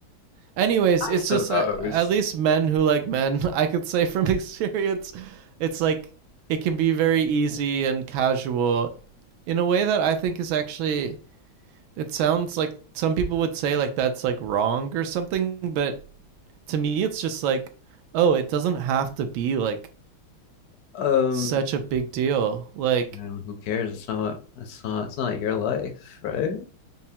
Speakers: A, on the right; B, on the left.
A: Anyways, it's
B: i suppose
A: just uh, at least men who like men, <laughs> I could say from <laughs> experience, it's like it can be very easy and casual in a way that I think is actually it sounds like some people would say like that's like wrong or something, but to me it's just like oh, it doesn't have to be like
B: um
A: such a big deal. Like
B: and who cares it's not it's not it's not your life right